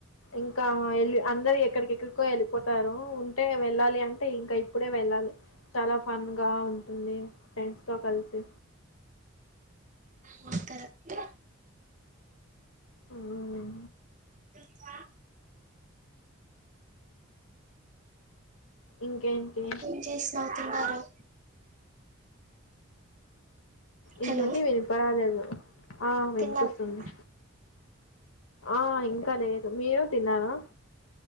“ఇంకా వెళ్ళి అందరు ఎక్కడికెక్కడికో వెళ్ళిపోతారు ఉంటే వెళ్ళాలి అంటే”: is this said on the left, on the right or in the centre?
Left